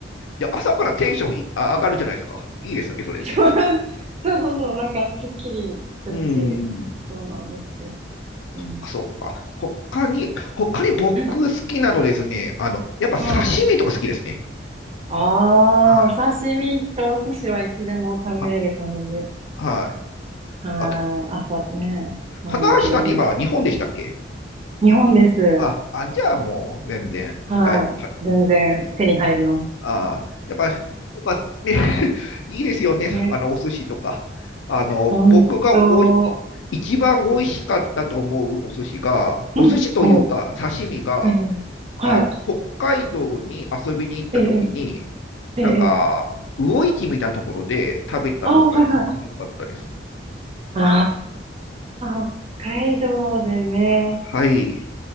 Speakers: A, on the left; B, on the right.
A: いや、朝からテンションいあ上がるじゃないですか。いいですよね、それで。
B: そうそうそうそう、なんかすっきりするし、
A: うん。
B: そうなんですよ。うん。
A: あ、そっか。他に、他に僕好きなのですね。
B: うん。
A: あの、やっぱ刺身とか好きですね。
B: はい、あ。
A: はい。
B: あーお刺身とお寿司はいつでも食べれる感じで。
A: あ、はい。
B: はい。
A: あと、
B: 朝ね、毎日でもいける。
A: 花橋さんって今、日本でしたっけ
B: 日本です。
A: あ、あ、じゃあもう全然、
B: はい。
A: だい、たも
B: 全然手に入ります。
A: う、うんあー、やっぱ、やっぱね、<laughs> いいですよね、
B: ね。
A: あの、お寿司とか。あの、
B: ほんと、
A: 僕がおい、一番美味しかったと思うお寿司が、
B: うん、
A: お寿司というか刺身が、
B: そう。うん。はい。
A: あの、北海道に遊びに行った時に、
B: ええ、ええ、
A: なんか、
B: ええ。
A: 魚市みたいなところで食べたのが一番良かったです。
B: ああ、はいはい。ああ、北海道でね、
A: はい。